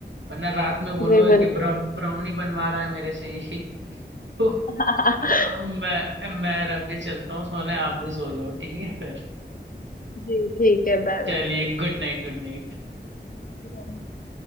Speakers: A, on the right; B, on the left.
A: वरना रात में बोलो
B: जी बिल्कुल
A: कि ब्रा, ब्राउनी बनवा रहा है मेरे से ही <laughs>
B: <laughs>
A: अ, मैं मैं अभी चलता हूँ सोने आप भी सो जाओ ठीक है फिर
B: जी ठीक है बाय
A: चलिए गुड नाइट गुड नाइट
B: बाय